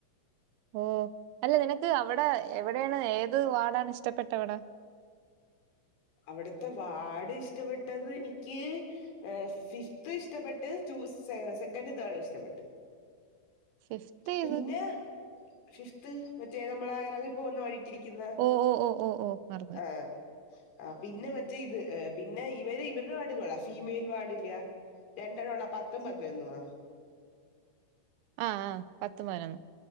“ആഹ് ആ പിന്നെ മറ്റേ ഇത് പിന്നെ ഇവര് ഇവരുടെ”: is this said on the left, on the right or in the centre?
Left